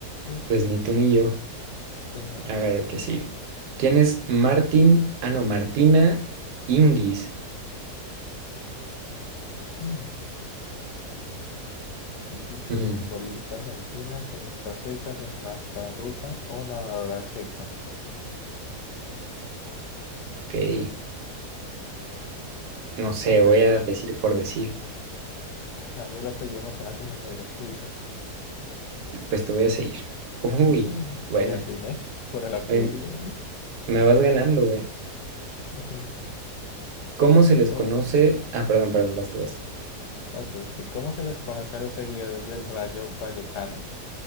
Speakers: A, on the left; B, on the right.
A: Uf,
B: Pues ni tú ni yo.
A: sí, no.
B: A ver, el que sigue. ¿Quién es Martín? Ah, no, Martina Ingis.
A: Mm. Dice
B: Hmm,
A: futbolista argentina, tenista suiza, gimnasta rusa o nadadora checa.
B: ok. No sé,
A: No
B: voy
A: sé,
B: a
A: el
B: decir
A: ape-
B: por decir.
A: <laughs> a mí el apellido me suena como medio suizo.
B: Pues te voy a seguir. Uy,
A: Uh,
B: buena.
A: le atiné <laughs> por el apellido.
B: Oye,
A: uh.
B: me vas ganando, güey.
A: <laughs>
B: ¿Cómo se les conoce?
A: O-
B: Ah, perdón, perdón, vas tú, vas tú.
A: Ok, sí. ¿Cómo se les conoce a los seguidores del Rayo Vallecano?